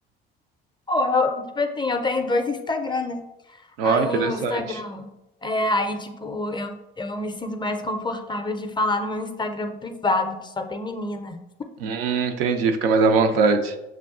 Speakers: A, on the left; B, on the right.
A: Pô, eu, tipo assim, eu tenho dois Instagram, né?
B: Ó,
A: Aí
B: interessante.
A: o Instagram. É, aí, tipo, eu, eu me sinto mais confortável de falar no meu Instagram privado, que só tem menina.
B: Hum, entendi. Fica mais à vontade.